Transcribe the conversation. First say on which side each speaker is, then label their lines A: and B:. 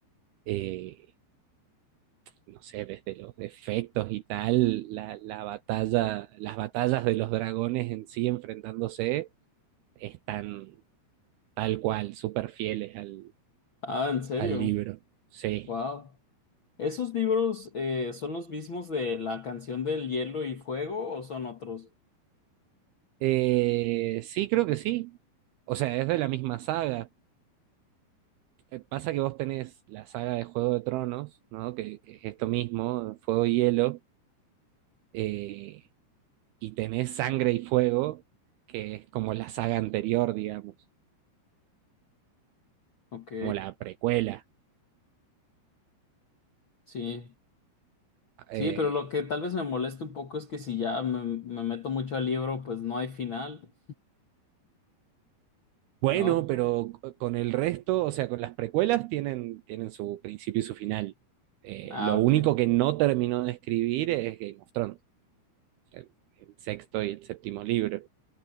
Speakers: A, on the right; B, on the left.
A: eh, no sé, desde los efectos y tal, la, la batalla, las batallas de los dragones en sí enfrentándose están tal cual, súper fieles al,
B: Ah, ¿en serio?
A: al libro. Sí.
B: Wow. ¿Esos libros eh, son los mismos de la canción del hielo y fuego o son otros?
A: Eh, sí, creo que sí. O sea, es de la misma saga. Eh, Pasa que vos tenés la saga de Juego de Tronos, ¿no? Que, que es esto mismo, Fuego y Hielo, eh, y tenés Sangre y Fuego, que es como la saga anterior, digamos,
B: Ok,
A: como la precuela.
B: sí. Sí,
A: Eh,
B: pero lo que tal vez me moleste un poco es que si ya me, me meto mucho al libro, pues no hay final,
A: Bueno,
B: ¿no?
A: pero c- con el resto, o sea, con las precuelas tienen, tienen su principio y su final. Eh,
B: Ah,
A: lo
B: ok.
A: único que no terminó de escribir es Game of Thrones, el, el sexto y el séptimo libro.